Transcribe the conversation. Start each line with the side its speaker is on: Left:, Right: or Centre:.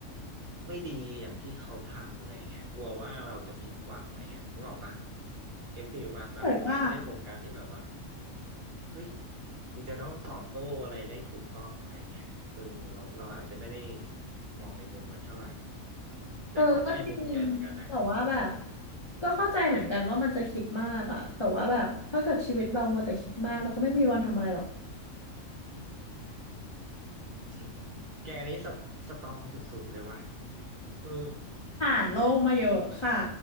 Right: ไม่ดีอย่างที่เขาทำอะไรเงี้ยกลัวว่าเราจะผิดหวังอะไรเงี้ยนึกออกปะเก็ตฟีลปะมันมันไม่ได้โฟกัสที่แบบว่า
Left: ถ้าเกิดว่า
Right: เฮ้ยกูจะต้องตอบโต้อะไรได้ถูกต้องอะไรเงี้ยเออเราเราอาจจะไม่ได้มองในมุมมันเท่าไหร่อืมแต่เข้าใจมุมแกเหมือนกันนะ
Left: เออก็จริงแต่ว่าแบบก็เข้าใจเหมือนกันว่ามันจะคิดมากอะแต่ว่าแบบถ้าเกิดชีวิตเรามัวแต่คิดมากเราก็ไม่มีวันทำอะไรหรอก
Right: ก็จริงนะแกนี้สตสตรองสุดๆเลยว่ะเออ
Left: ผ่านโลกมาเยอะค่ะ